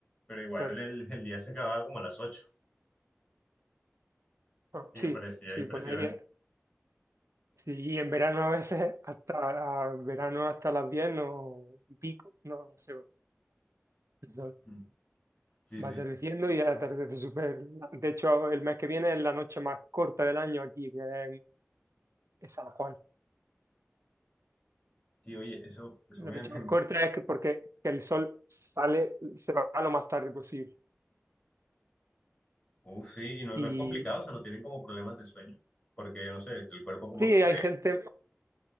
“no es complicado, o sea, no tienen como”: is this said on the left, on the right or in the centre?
Left